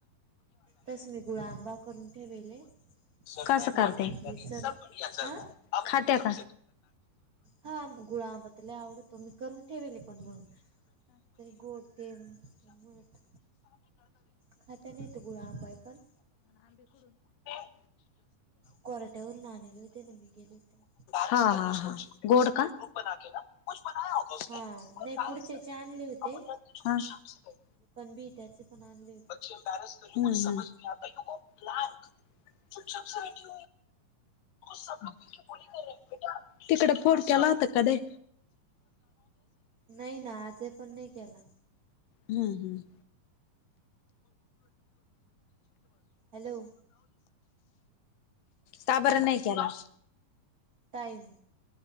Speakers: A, on the right; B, on the left.
A: तसं मी गुळा आंबा करून ठेवेले
B: <inaudible>
A: पण मग ते सर आ
B: खात्या का.
A: हा गुळाबतला आवडतो मी करून ठेवेल पण मग त्या गोड ते मठ खात नाही ते गुळा पय पण
B: <unintelligible> हा
A: कोराट्यावरून आणले होते ना मी गेले होते
B: हा हा गोड का. ग्रुप बना के ना कु बनाया होता
A: हा नाही पुढच्याचे आणले होते
B: आप शही
A: जो कणबी त्याचे पण आणले होते.
B: रस समज आ य ग्क चुपछपठी स बोल <unintelligible> तिकड फोन केला होता काय नाय?
A: नाही ना आज पण नाही केला.
B: हमम हम.
A: हॅलो
B: का बरं नाही केला?
A: टाईम.